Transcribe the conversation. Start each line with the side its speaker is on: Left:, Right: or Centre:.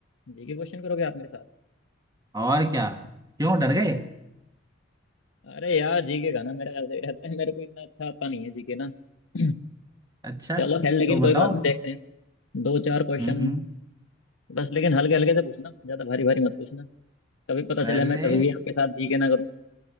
Left: जी के क्वेश्चन करोगे आप मेरे साथ
Right: और क्या क्यों डर
Left: अच्छा
Right: गए
Left: अरे यार जी के का ना मेरा ऐसे ही रहता है मेरे को इतना अच्छा आता नहीं है जी के ना <clears throat>
Right: अच्छा
Left: चलो खैर लेकिन
Right: तो
Left: कोई
Right: बताओ
Left: बात नहीं देखते हैं दो चार क्वेश्चन
Right: हम्म हम्म,
Left: बस लेकिन हल्के हल्के से पूछना ज्यादा भारी भारी मत पूछना कभी पता
Right: अरे
Left: चले मैं कभी भी आपके साथ जी के ना करूँ